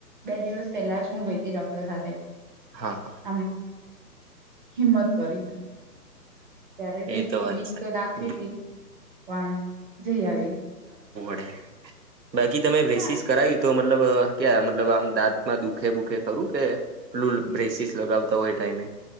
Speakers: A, on the right (about 30°); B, on the right (about 85°).
A: બે દિવસ પહેલા જ શું ગઈ હતી ડોક્ટર સાથે
B: હા હા
A: આમ હિંમત કરીને ત્યારે બી
B: એ વાત
A: બીક
B: સાચી
A: તો દખતી તી પણ જઈ આવી
B: <inaudible> બાકી તમે બ્રેસીિસ
A: ના
B: કરાવું તો મતલબ ક્યાં મતલબ આમ દાંતમાં દુખે બુખે ખરું કેલ બ્રેસીસ લગાવતા હોય ટાઈમે